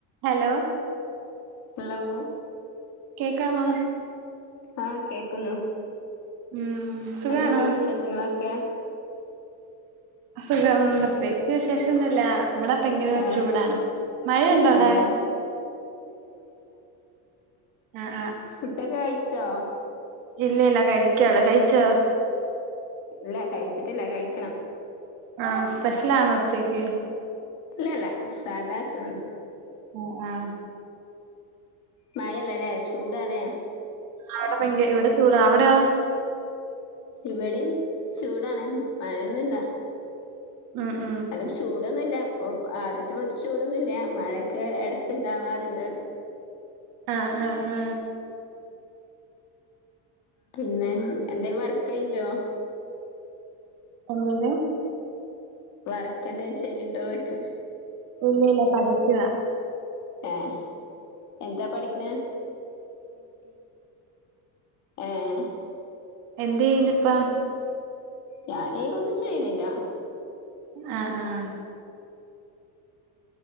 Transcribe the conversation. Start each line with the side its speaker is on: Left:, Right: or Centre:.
Right: Hello
Left: hello
Right: കേക്കാമ
Left: ആഹ കേക്കുന്നു
Right: ഉം സുഖാണോ
Left: എന്തൊക്കെ വിശേഷങ്ങളൊക്കെ
Right: സുഖം പ്രത്യേകിച്ച് വിശേശൊന്നുല്ല ഇവടെ ഭയങ്കര
Left: ആഹ്
Right: ചൂടാണ് മഴയുണ്ടോ അവിടെ
Left: ഏഹ്
Right: ആഹ്
Left: ഫുഡക്കെ കൈ ച്ചോ
Right: ഇല്ലല്ല കഴിക്കാണ് കഴിച്ചോ
Left: ഇല്ല കഴിച്ചിട്ടില്ല കഴിക്കണം
Right: ആഹ സ്പെഷ്യലാണോ ഉച്ചക്ക്
Left: ഇല്ലല്ല സാദാ ചോറ്
Right: ആഹ് ആഹ്
Left: മയല്ലല്ലേ ചൂടാലേ
Right: അവിടെ ഭയങ്ക ഇവിടെ ചൂട അവിടെയൊ
Left: ഇവിടേം ചൂടാണ് മഴയൊന്നില്ല
Right: ഉം ഉം
Left: അലും ചൂടൊന്നില്ല ഇപ്പൊ ആദ്യത്തെ മറ്റെ ചൂടൊന്നില്യ മഴക്ക് എടക്ക്ണ്ടാവാറ്ണ്ട്
Right: ആഹ് ആ ആ
Left: പിന്നെ എന്തേ വർക്കേയ്ണ്ടോ
Right: എന്തേത്
Left: വർക്കെന്തേ ചെയ്യ്ണ്ടോയിക്ക
Right: ഒന്നുല്ല പഠിക്കാ
Left: ഏഹ് എന്താ പഠിക്ക്ണെ ഏഹ്
Right: എന്തേയ്യ്ന്ന്പ്പം
Left: ഞാന് ഒന്നും ചെയ്യ്ണ്ല്ല
Right: ആ ആ